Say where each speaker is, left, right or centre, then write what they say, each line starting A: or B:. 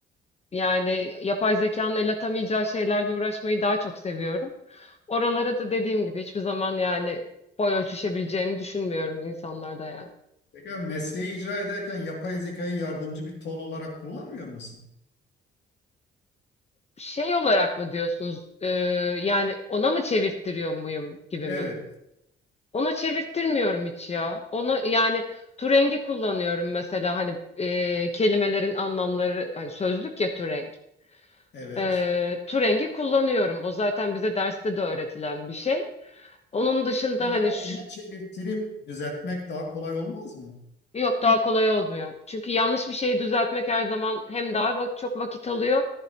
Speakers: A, on the left (about 30°); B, on the left (about 60°).
A: yani yapay zekanın el atamayacağı şeylerle uğraşmayı daha çok seviyorum. Oralara da dediğim gibi hiçbir zaman yani boy ölçüşebileceğini düşünmüyorum insanlarda yani.
B: Peki mesleği icra ederken yapay zekayı yardımcı bir tol olarak kullanmıyor musun?
A: Şey olarak mı diyorsunuz? e, yani ona mı çevirttiriyor muyum gibi
B: Evet,
A: mi? Ona çevirttirmiyorum hiç ya. Ona yani Turengi kullanıyorum mesela hani e, kelimelerin anlamları hani sözlük ya Turenk.
B: evet.
A: E, Turengi kullanıyorum. O zaten bize derste de öğretilen bir şey. Onun dışında
B: Pekala
A: hani şu,
B: ona çevirtirip düzeltmek daha kolay olmaz mı?
A: Yok daha kolay olmuyor. Çünkü yanlış bir şeyi düzeltmek her zaman hem daha va- çok vakit alıyor